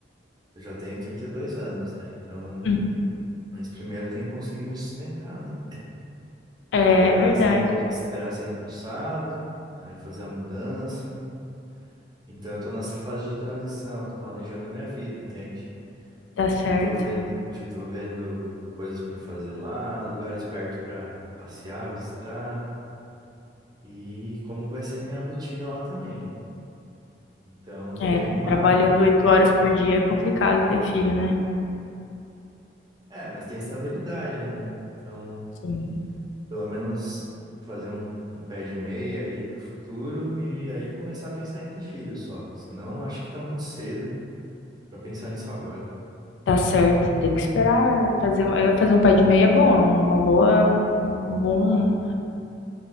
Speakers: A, on the right; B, on the left.
A: Eu já tenho 32 anos, né? Então,
B: Hum.
A: mas primeiro tem que conseguir me sustentar, né?
B: É
A: Esperar
B: verdade.
A: ser, empo... Esperar ser empossado, aí fazer a mudança. Então eu tô nessa fase de transição, tô planejando a minha vida, entende?
B: Tá certo.
A: Já tô vendo, já tô vendo coisas para fazer lá, lugares perto para passear, visitar e como vai ser a minha rotina lá também. Então eu tô
B: É,
A: bem animado.
B: trabalhando oito horas por dia é complicado ter filho, né?
A: É, mas tem estabilidade, né? Então,
B: Sim.
A: pelo menos fazer um, um pé de meia aí pro futuro e aí começar a pensar em ter filho só. Senão acho que tá muito cedo para pensar nisso agora.
B: Tá certo, tem que esperar fazer, um- é, fazer um pé de meia é bom, é uma boa, um um bom